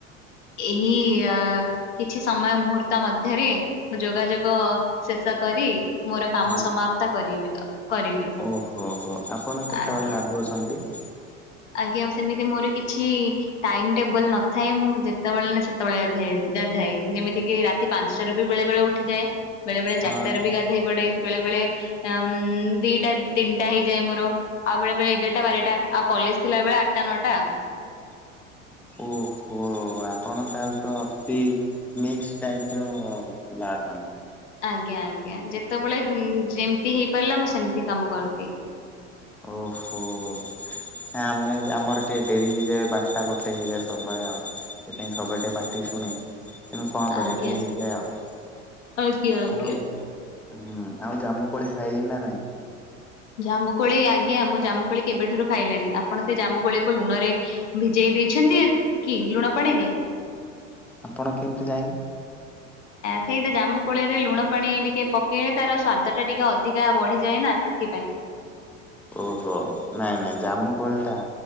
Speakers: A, on the left; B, in the centre.
A: ଏହି-ଆ କିଛି ସମୟ ମୁହୂର୍ତ୍ତ ମଧ୍ୟରେ ଯୋଗାଯୋଗ ଶେଷ କରି ମୋର କାମ
B: ହଁ
A: ସମାପ୍ତ କରିବି। କରିବି
B: ଓହୋ ହୋ ଆପଣ କେତେବେଳେ
A: ଆଜ୍ଞା।
B: ଗାଧଉଛନ୍ତି?
A: ଆଜ୍ଞା ସେମିତି ମୋର କିଛି ଟାଇମ ଟେବଲ ନଥାଏ ମୁଁ ଯେତେବେଳେ ନା ସେତବେଳେ ସେତେବେଳେ ଗାଧାଏ ଗାଧାଏ ଯେମିତି କିି ରାତି ପାଞ୍ଚଟାରୁ ବି ବେଳେ ବେଳେ ଉଠ ଉଠିଯାଏ, ବେଳେ ବଳେ
B: ହଁ
A: ଚାରିଟର ବି ଗାଧୋଇ ପଡେ। ବେଳେ ବେଳେ ଉମ୍ ମ୍ ଦିଟା ତିନିଟା ହେଇଯାଏ ମୋର ଆଉ ବେଳେ ବେଳେ ଏଗାରଟା ବାରଟା। ଆଉ କଲେଜ ଥିଲା ବେଳେ ଆଠଟା ନଅଟା।
B: <inaudible> ଓହୋ ଆପଣ ତାହେଲେ ତ ଅତି ମିକ୍ସ ଟାଇପ ର ପିଲା। ଅଟନ୍ତି।
A: ଆଜ୍ଞା ଆଜ୍ଞା ଯେତେବେଳେ ଉମ୍ ଯେମିତି ହେଇ ପାରିଲା ମୁଁ ସେମତି କାମ କରଦିଏ।
B: ଓହୋ। ନାହିଁ ଆମେ ଏବେ ଆମର ଟିକେ ଡେରି ହେଇଯାଏ ବାରଟା ଗୋଟେ ହେଇଯାଏ ସବୁବେଳେ ଆଉ। ସେଥିପାଇଁ ସବୁବେଳେ ଟିକେ ପାଟି ଶୁଣେ। ତେଣୁ କଣ କରିବା
A: ଆଜ୍ଞା।
B: ଟିକେ ହେଇଯାଏ ଆଉ
A: ଆଜ୍ଞା ଆଜ୍ଞା।
B: ହଉ। ହୁଁ ଆଉ ଜାମୁ କୋଳି ଖାଇଲେ ନା ନାଇଁ?
A: ଯାମୁ କୋଳି ଆଜ୍ଞା ମୁଁ ଜାମୁକୋଳି କେବେଠାରୁ ଖାଇଲିଣି, ଆପଣ ସେ ଜାମୁ କୋଳିକୁ ଲୁଣ ରେ ଭିଜେଇ ଦେଇଛନ୍ତି? କି ଲୁଣ ପାଣିରେ
B: ଆପଣ କେମିତି ଜାଣିଲେ?
A: ସେଇଟା ଜାମୁ କୋଳିରେ ଲୁଣ ପାଣି ଟିକେ ପକେଇଲେ, ତାର ସ୍ଵାଦ ଟା ଟିକେ ଅଧିକା ବଢିଯାଏ ନା ସେଥିପାଇଁ।
B: ଓହୋ ନାଇଁ ନାଇଁ ଜାମୁକୋଳିଟା